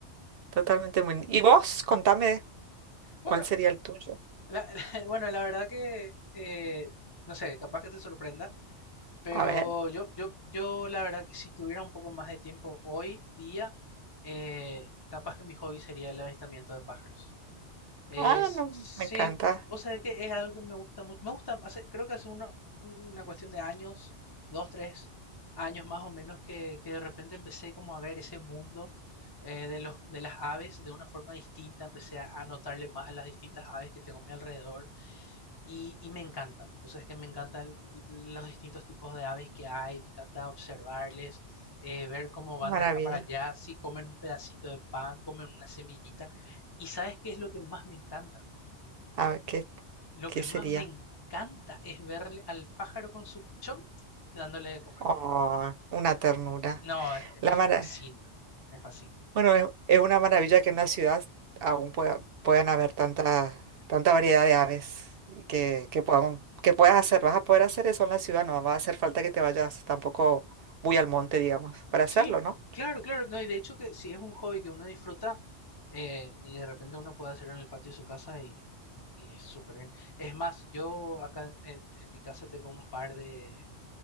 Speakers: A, on the right; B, on the left.
A: Totalmente muy. ¿Y vos? Contame.
B: Bueno,
A: ¿Cuál sería el tuyo?
B: la, <laughs> bueno, la verdad que, eh, no sé, capaz que te sorprenda. Pero
A: A ver.
B: yo, yo, yo la verdad que si tuviera un poco más de tiempo hoy día, eh, capaz que mi hobby sería el avistamiento de pájaros. Es,
A: Ah, no,
B: sí,
A: me encanta.
B: vos sabés que es algo que me gusta mucho. Me gusta, hace- creo que hace una, una cuestión de años, dos, tres años más o menos, que, que de repente empecé como a ver ese mundo eh, de los, de las aves de una forma distinta. Empecé a, a notarle más a las distintas aves que tengo a mi alrededor y, y me encantan. Vos sabés que me encantan los distintos tipos de aves que hay, me encanta observarles, eh, ver cómo van
A: Maravilla.
B: de acá para allá, si comen un pedacito de pan, comen una semillita. ¿Y sabes qué es lo que más me encanta?
A: A ver, ¿qué,
B: Lo
A: qué
B: que
A: sería?
B: más me encanta es verle al pájaro con su pichón dándole de comer.
A: Oh, una ternura.
B: No, es- me
A: La
B: me
A: mara-
B: fascina, me fascina.
A: Bueno, es, es una maravilla que en la ciudad aún pueda, puedan haber tanta, tanta variedad de aves y que, que podamos, que puedas hacer. Vas a poder hacer eso en la ciudad, no va a hacer falta que te vayas tampoco muy al monte, digamos, para
B: Sí,
A: hacerlo, ¿no?
B: claro, claro. No, y de hecho que si es un hobby que uno disfruta eh, y de repente uno puede hacerlo en el patio de su casa y, y es súper bien. Es más, yo acá en, en- en mi casa tengo un par de,